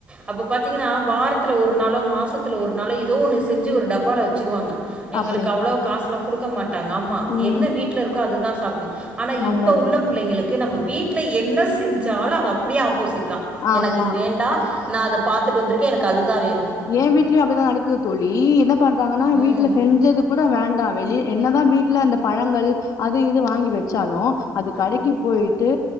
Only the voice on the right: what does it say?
அப்போ பாத்திங்கனா வாரத்தில ஒரு நாளோ மாசத்தில ஒரு நாளோ எதோ ஒன்னு செஞ்சு ஒரு டப்பால வெச்சுருவாங்க எங்களுக்கு
அவ்ளோ காசுலா குடுக்க மாட்டாங்க அம்மா
என்ன வீட்ல இருக்கோ அது தா சாப்பி ஆனா
இப்ப உள்ள பிள்ளைங்களுக்கு நம்ம வீட்ல என்ன செஞ்சாலு அது அப்டியே ஆப்போசிட் தா
எனக்கு இது வேண்டா நா அத பாத்துட்டு வந்திருக்கே எனக்கு அதுதா வேணு
ம்